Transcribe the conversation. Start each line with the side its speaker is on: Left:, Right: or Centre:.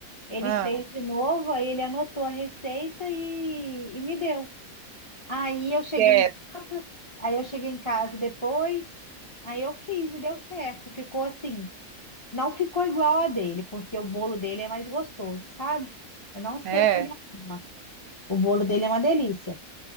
Left: ele
Right: ah,
Left: fez de novo, aí ele anotou a receita e e me deu. Aí eu cheguei
Right: é,
Left: em casa, aí eu cheguei em casa depois, aí eu fiz e deu certo. Ficou assim, não ficou igual a dele, porque o bolo dele é mais gostoso, sabe? Eu não sei
Right: é.
Left: o que ele arruma. O bolo dele é uma delícia.